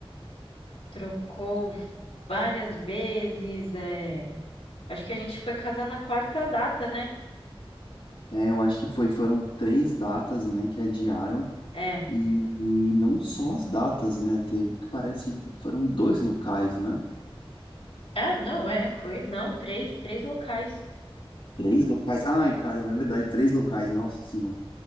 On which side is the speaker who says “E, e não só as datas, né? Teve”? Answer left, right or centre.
Left